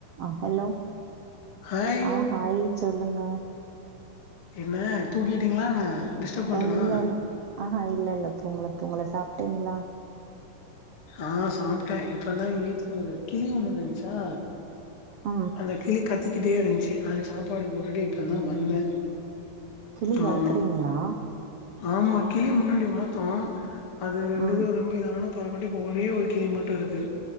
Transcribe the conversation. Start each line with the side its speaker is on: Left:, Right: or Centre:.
Right: ஆ hello
Left: hi
Right: ஆ hi சொல்லுங்க.
Left: என்ன தூங்கிட்டீங்களா என்ன டிஸ்டர்ப் பண்ட்டனா
Right: இல்ல இல் ஆஹா இல்ல இல்ல தூங்கல தூங்கல சாப்டீங்களா
Left: ஆ சாப்ட்டே இப்பதா எங்க வீட்ல ஒரு கிளி ஒண்ணு இருந்துச்சா
Right: ஆ
Left: அந்த கிளி கத்திக்கிட்டே இருன்ச்சு அதுக்கு சாப்பாடு போட்டுட்டு இப்ப இப்பதா
Right: ஓ
Left: வந்தே
Right: கிளி வளக்குறீங்களா
Left: ஆமா ஆமா கிளி முன்னாடி வளத்தோ அது ரெண்டு
Right: ம்
Left: இது ரொம்ப இதானான பரக்கவுட்டு இப்ப ஒரே ஒரு கிளி மட்டு இருக்கு